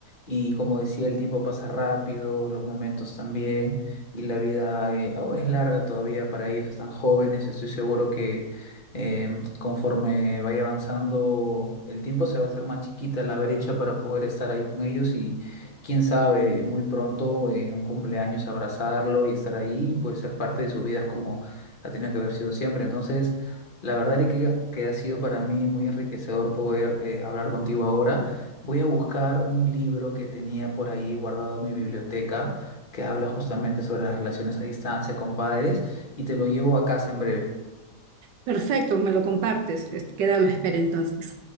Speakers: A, on the left (about 35°); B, on the right (about 85°).
A: y como decía, el tiempo pasa rápido, los momentos también y la vida eh, aún es larga todavía para ellos, están jóvenes. Estoy seguro que eh, conforme vaya avanzando el tiempo se va a hacer más chiquita la brecha para poder estar ahí con ellos y quién sabe, muy pronto en un cumpleaños abrazarlo y estar ahí y pues ser parte de sus vidas como ha tenido que haber sido siempre. Entonces... La verdad, Erika, que ha sido para mí muy enriquecedor poder eh, hablar contigo ahora. Voy a buscar un libro que tenía por ahí guardado en mi biblioteca que habla justamente sobre las relaciones a distancia con padres y te lo llevo a casa en breve.
B: Perfecto, me lo compartes. Queda a la espera entonces.